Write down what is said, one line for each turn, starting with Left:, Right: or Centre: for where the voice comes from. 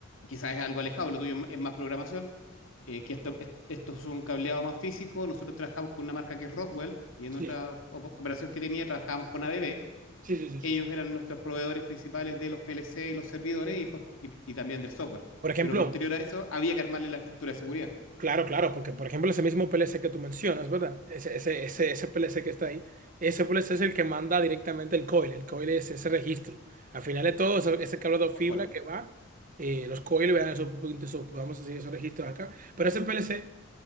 Left: quizás es algo alejado, lo tuyo es más programación, eh, que esto, esto es un cableado más físico. Nosotros trabajamos con una marca que es Rockwell y en
Right: sí,
Left: otra operación que tenía trabajábamos con ABB.
Right: sí, sí, sí,
Left: Ellos
Right: sí, sí. sí.
Left: eran nuestros proveedores principales de los PLC y los servidores y, y, y también del software.
Right: Por ejemplo,
Left: Pero posterior a eso había que armarle la estructura de seguridad.
Right: Claro, claro, porque por ejemplo ese mismo PLC que tú mencionas, ¿verdad? Ese, ese, ese, ese PLC que está ahí, ese PLC es el que manda directamente el coil, el coil es ese registro. Al final de todo, eso- ese cable de fibra
Left: Tal cual,
Right: que va, eh, los coils vean esos, esos- vamos a decir, esos registros acá. Pero ese PLC,